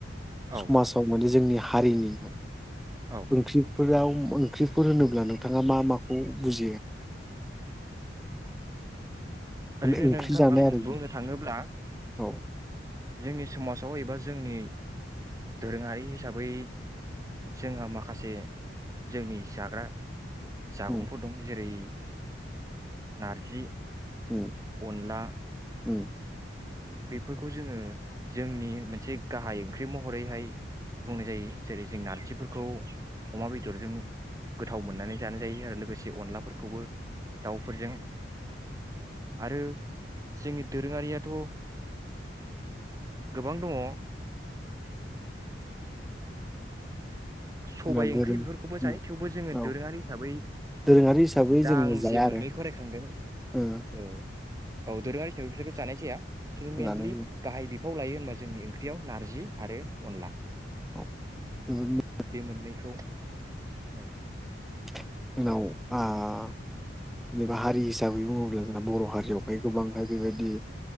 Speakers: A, on the right (about 15°); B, in the centre.
A: औ
B: समाजाव माने जोंनि हारिनिमोन
A: औ
B: ओंख्रि फोराव ओंख्रिफोर होनोब्ला नोंथाङा मा माखौ बुजियो? माने
A: ओरैनो
B: ओंख्रि
A: नोंथां
B: जानाय
A: आं
B: आरो
A: बुंनो थाङोब्ला।
B: औ
A: जोंनि समाजाव एबा जोंनि दोरोङारि हिसाबै जोंहा माखासे जोंनि जाग्रा जामुंफोर
B: उम
A: दं जेरै। नारजि
B: उम
A: अनला
B: उम।
A: बेफोरखौ जोङो जोंनि मोनसे गाहाय ओंख्रि महरैहाय बुंनाय जायो जेरै जों नारजिफोरखौ अमा बेदरजों गोथाव मोननानै जानाय जायो आरो लोगोसे अनलाफोरखौबो दाउफोरजों आरो जोंनि दोरोङारियाथ' गोबां दङ। सबाय
B: जोंना
A: ओंख्रि
B: दोरों
A: बेफोरखौबो
B: उम
A: जायो थेवबो जोङो
B: औ
A: दोरोङारि हिसाबै
B: दोरोङारि हिसाबै
A: दा
B: जोङो
A: आं
B: जाया
A: जे मोननै
B: आरो
A: फरायखांदों
B: ओ
A: औ औ दोरोङारि थे बिसोरबो जानाय जाया। खिनथु मेइेनलि
B: जानाय जाया
A: गाहाय बि फाव लायो होनबा जोंनि ओंख्रियाव नारजि आरो अनला
B: औ जोङो <unintelligible>
A: बे मोननैखौ औ।
B: जोंनाव आ जेनेबा हारि हिसाबै बुङोब्ला जोंना बर' हारियावहाय गोबांहाय बेबायदि